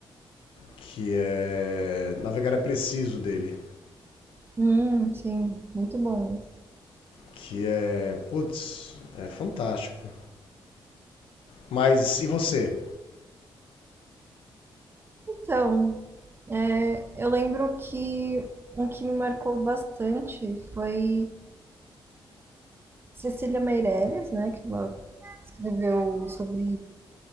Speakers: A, on the left (about 80°); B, on the right (about 25°).
A: que é Navegar é Preciso dele,
B: Hum, sim, muito bom isso.
A: que é, putz, é fantástico. Mas e você?
B: Então, é, eu lembro que um que me marcou bastante foi Cecília Meirelles, né? Que ela escreveu sobre